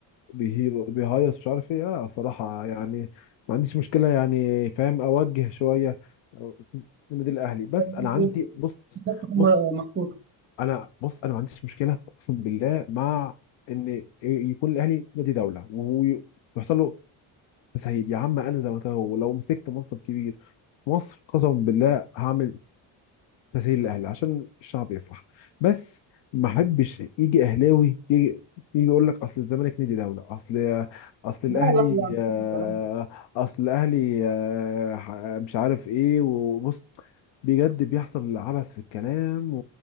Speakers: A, on the left; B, on the right.
A: بيه- بيهيص مش عارف إيه لا الصراحة يعني ما عنديش مشكلة يعني فاهم أوجه شوية آه، من النادي الأهلي بس
B: <laughs>
A: أنا عندي بص
B: أيوة.
A: بص
B: محطوط.
A: انا بص انا ما عنديش مشكله اقسم بالله مع ان يكون الاهلي نادي دوله وهو ي- يحصل له تسهيل يا عم انا زملكاوي ولو مسكت منصب كبير في مصر قسما بالله هعمل تسهيل للاهلي عشان الشعب يفرح بس ما احبش يجي اهلاوي يجي, يجي يقول لك اصل الزمالك نادي دوله اصل اصل
B: لا
A: الاهلي
B: لا لا مفيش
A: آه،
B: الكلام
A: اصل الاهلي آه، مش عارف ايه وبص بجد بيحصل عبث في الكلام و-